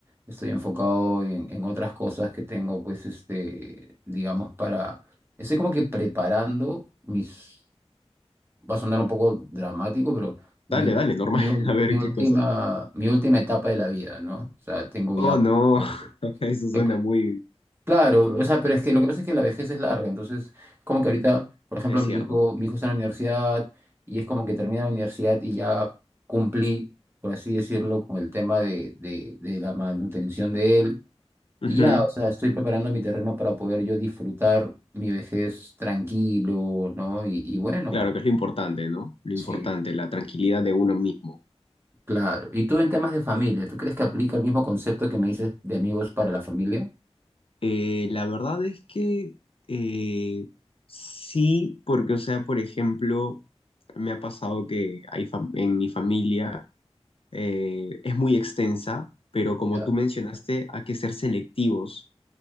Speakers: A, on the right (about 20°); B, on the left (about 55°).
A: estoy enfocado en, en otras cosas que tengo, pues, este, digamos, para... Estoy como que preparando mis... Va a sonar un poco dramático, pero mi,
B: Dale, dale, normal.
A: mi, ul-
B: <laughs> A ver
A: mi última,
B: qué cosa.
A: mi última etapa de la vida, ¿no? O sea, tengo
B: Oh,
A: ya...
B: no.
A: o-
B: <laughs> Eso suena
A: He
B: muy,
A: Claro, o sea, pero es que lo que pasa es que la vejez es larga, entonces como que ahorita, por ejemplo,
B: Es
A: mi
B: cierto.
A: hijo, mi hijo está en la universidad y es como que termina la universidad y ya cumplí, por así decirlo, con el tema de, de, de la manutención de él
B: Ujú.
A: y ya, o sea, estoy preparando mi terreno para poder yo disfrutar mi vejez tranquilo, ¿no? Y, y bueno,
B: Claro que es lo importante, ¿no? Lo
A: sí,
B: importante, la tranquilidad de uno mismo.
A: claro. ¿Y tú en temas de familia, tú crees que aplica el mismo concepto que me dices de amigos para la familia?
B: Eh, la verdad es que eh, sí, porque, o sea, por ejemplo, me ha pasado que hay fam- en mi familia eh, es muy extensa, pero como
A: Ya,
B: tú mencionaste, hay que ser selectivos.